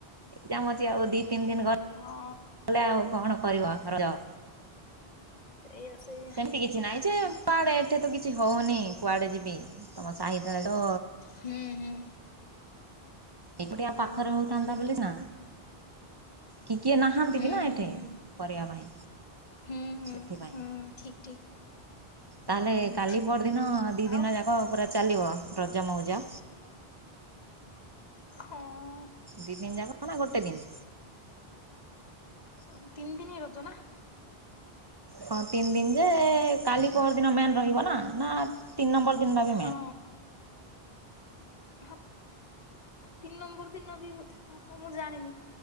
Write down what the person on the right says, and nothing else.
ଏଗ୍ଜାମ୍ ଅଛି ଆଉ ଦି ତିନ ଗ
ଲେ ଆଉ କଣ କରିବ ରଜ।
ସେମିତି କିଛି ନାଇଁ ଯେ କୁଆଡେ ଏଠି ତ କିଛି ହଉନି କୁଆଡେ ଯିବି ତମ ଆଇଥାନ୍ତ
ଏକୁଟିଆ ପାଖରେ
ହୋଉଥାନ୍ତା
ବୋଲି
ନାଁ କି କିଏ ନାହାନ୍ତି
ବି ନା ଏଠି
କରିବା ପାଇଁ
ସେଥିପାଇଁ।
ତାହେଲେ
କାଲି ପରଦିନ ଦି
ଦିନ ଯାକ ପୁରା ଚାଲିବ ରଜ ମୋଉଜ।
ଦି ଦିନ୍ ଯାକ ନା ଗୋଟେ ଦିନ୍?
ହଁ ତିନ୍ ଦିନ୍ ଯେ କାଲି ପହର୍ ଦିନ ମେନ୍ ରହିବ ନା ମେନ୍ ରହିବନା ତିନ୍ ନମ୍ବର୍ ଦିନଟା ବି